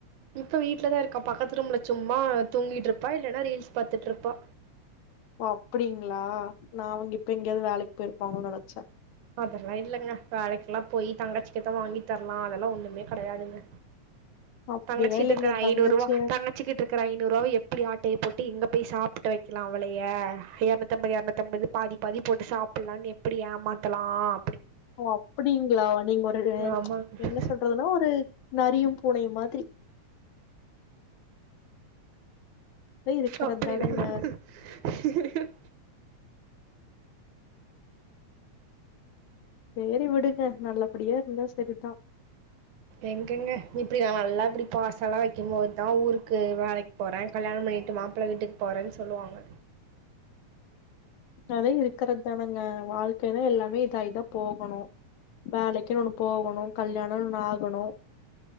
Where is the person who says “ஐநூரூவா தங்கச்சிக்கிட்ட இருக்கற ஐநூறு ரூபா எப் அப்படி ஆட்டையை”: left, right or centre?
Right